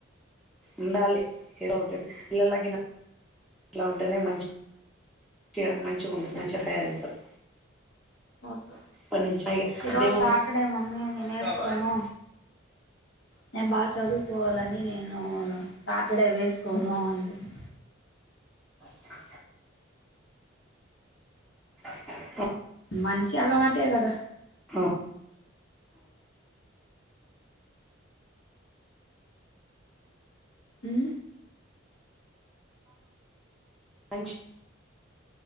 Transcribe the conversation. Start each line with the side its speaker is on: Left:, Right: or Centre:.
Centre: ఉండాలి ఏదో ఒకటి పిల్లలగినా అట్లా ఉంటేనే మంచి తే మంచిగా ఉంటుంది మంచిగా తయారు అయితది
Left: వద్దు
Centre: ఇప్పటి నుంచే ఇగ
Left: ఈరోజు
Centre: దేవునీ
Left: సాటర్డే మమ్మీ నేను
Centre: అ
Left: వేసుకోను
Centre: <inaudible>
Left: నేను బాగా చదువుకోవాలని నేను సాటర్డే వేసుకోను అంటుంది
Centre: ఓ <inaudible> అ
Left: మంచి అలవాటే కదా
Centre: ఆ
Left: ఉ
Centre: మంచి